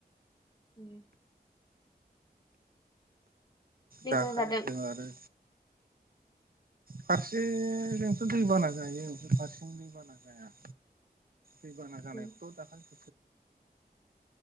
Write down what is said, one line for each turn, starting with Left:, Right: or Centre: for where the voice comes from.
Left: उम दैबाना
Right: दाखालिसो
Left: जादों
Right: आरो फारसेजोंथ' दैबाना जायो फ्राय फारसेजों दैबाना जाया। दैबाना जानायखौथ'
Left: उम
Right: दाखालि